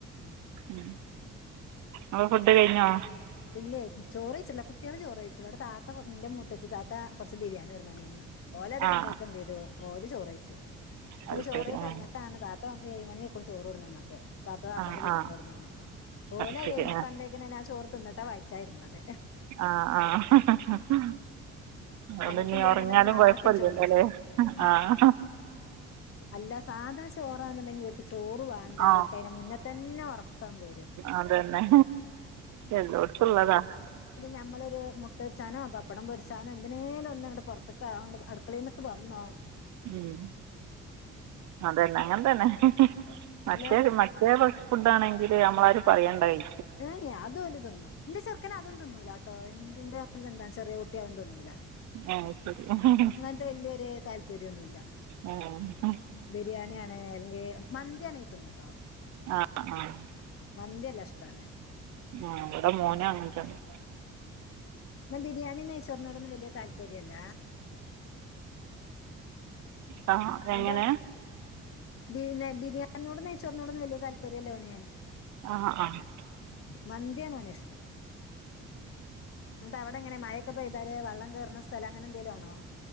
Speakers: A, on the left; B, on the right.
A: ഉം
B: ഉം അപ്പ ഫുഡ്ഡ് കഴിഞ്ഞോ
A: ഇല്ലേ ചോറൈച്ചിട്ടില്ല കുട്ട്യാള് ചോറ് വൈച്ച്ണ് ഇവിടെ താത്ത ന്റെ മൂത്തച്ചി താത്ത കുറച്ച് ബിരിയാണി കൊടുന്ന ന്നീന്നു ഓലത്
B: ആ
A: കണ്ടേക്ക്‌
B: ആ
A: എന്ത് ചെയ്തു ഓല് ചോറയ്ച്ചു
B: അത്
A: ഓലെ ചോറയി
B: ശരി ആ
A: കഴിഞ്ഞിട്ടാണ് ത ത്ത ഏഴ് മണി ആയിക്കുണു ചോറ് കൊടുന്ന് തന്നപ്പോ താത്ത താത്താന്റെ
B: ആ
A: വീട്ടന്ന്
B: ആ
A: കൊടുന്നേണ് ഓലയ്
B: അത് ശരി ആ
A: കണ്ടേ ക്കെങ്ങനെന്നാ ചോർ തിന്നിട്ട വായിച്ചായിരുന്നത്
B: ആഹ് ആഹ് അതോണ്ടിഞ്ഞി
A: അങ്ങനത്തെ എന്തെങ്കിലും
B: ഉറങ്ങ്യാലും
A: കണ്ടാ പിന്നെ
B: കൊഴപ്പല്ലല്ലോ
A: ആദ്യം ചോറ് വെച്ചു
B: ല്ലെ
A: ആ
B: ആഹ്
A: അല്ല സാധാ ചോറാന്നുണ്ടെങ്കി ഓൽക്ക് ചോറു വാ വാണ്ടാ
B: ആ
A: ഓൽക്ക് അയ്ന്റെ മുന്ന തന്നെ ഉറക്കം വരും
B: അതന്നെ എല്ലോടുത്തുള്ളതാ
A: നമ്മളൊര് മുട്ടര്ച്ചാനോ പപ്പടം പൊര്ച്ചാനോ എന്തനെലൊന്ന് ങ്ങണ്ട് പൊർത്ക്ക് അഓണ്ട് അടുക്കളീനോക്കെവന്നോ
B: ഉം അതന്നെ അങ്ങൻതന്നെ മറ്റേ
A: എല്ലാ
B: രു മ ദേ പോൽത്തെ ഫുഡ് ആണെങ്കിൽ നമ്മളാര് പറയേണ്ടായി
A: ഏഏ അത് ഓല് തിന്നും ന്റെ ചെറുക്കന് അതും തിന്നൂല ട്ടോന്റെന്ത എന്താ ചെറിയ കുട്ടിയ ആതും തിന്നൂല
B: ആഹ് ശരി ഹ് ഹ് ഹാ.
A: ല്യരു താല്പര്യൊന്നുല്ല.
B: ആഹ് ഹാ
A: ബിരിയാണിയാണ് അല്ലെങ്കി മന്തി ആണെങ്കി തിന്നുട്ടോ.
B: അ ആഹ്
A: ന്തില്ലഷ്ട്ടാണ്.
B: ആഹ് വടെ മോന് അങ്ങൻതന്നെ.
A: ന്നാ ബിരിയാണി നൈചോറിനോടൊന്നും വല്യ താല്പര്യല്ല.
B: ആ എങ്ങനെ
A: എ ബി ന്നെ ബിരിയാണിനോടും നെയ്ച്ചോറിനോടും വല്യയ താല്പര്യല്ല ഓന്.
B: അ ആഹ്
A: മന്തിയാണ് ഓന് ഇഷ്ട്ടം. അവിടെ എങ്ങനെ മഴക്കെ പോയ്താല് വള്ളം കേറ്ണ സ്ഥലംങ്ങനെ എന്തേലും ആണോ?